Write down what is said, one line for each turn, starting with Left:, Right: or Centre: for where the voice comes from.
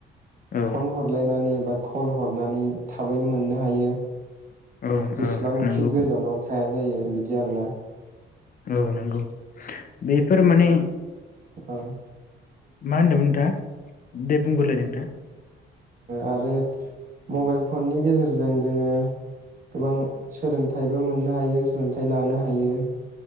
Left: औ
Right: फन हरलायनानै बा कल हरनानै थाबैनो मोननो हायो।
Left: औ
Right: जेसेबांखि
Left: औ नंगौ
Right: गोजानाव थाया जायो बिदि आरोना।
Left: औ नंगौ। बेफोर माने
Right: औ
Left: मा होनदोंमोन नोंथाङ दे बुंग्रोरोलाय नोंथाङा।
Right: आरो मबाइल फननि गेजेरजों जोङो गोबां सोलोंथाइबो मोननो हायो सोलोंथाइ लानो हायो।